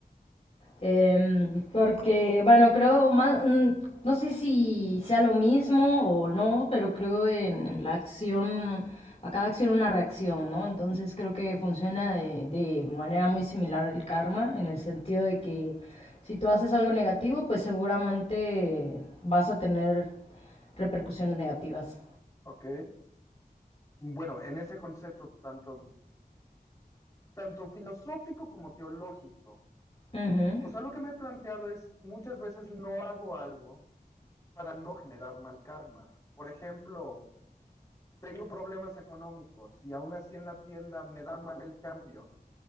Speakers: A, on the left; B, on the left.
A: Em, porque, bueno, creo más, mm, no sé si sea lo mismo o no, pero creo en, en la acción, a cada acción una reacción, ¿no? Entonces creo que funciona de, de manera muy similar el karma, en el sentido de que si tú haces algo negativo, pues seguramente vas a tener repercusiones negativas.
B: ¿Ok? Bueno, en ese concepto tanto, tanto filosófico como teológico.
A: Ujú,
B: O sea, lo que me he planteado es, muchas veces no hago algo para no generar mal karma. Por ejemplo, tengo problemas económicos y aún así en la tienda me dan mal el cambio.